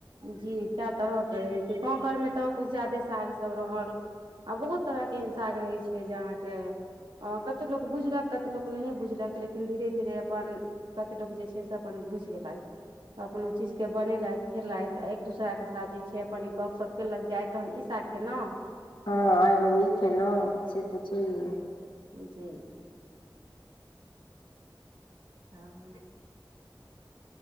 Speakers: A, on the right; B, on the left.
A: जी कए तरहके रहै छै गाँव घरमे तऽ किछु ज्यादे साग सब रहल आ बहुत तरहके एहेन साग रहै छै जे अहाँके ह कतेक लोक बुझलक कतेक लोक नहिए बुझलक लेकिन धीरे धीरे अपन कते लोक जे छै से अपन बुझि गेलथि अपन ओ चीज के बनेलथि खेलथि आ एक दोसराके साथ जे छै अपन गपशप केलक जे आय तऽ हम ई साग खेलहुँ
B: हँ आइ हम ई खेलहुं से तऽ छैहे
A: जी हँ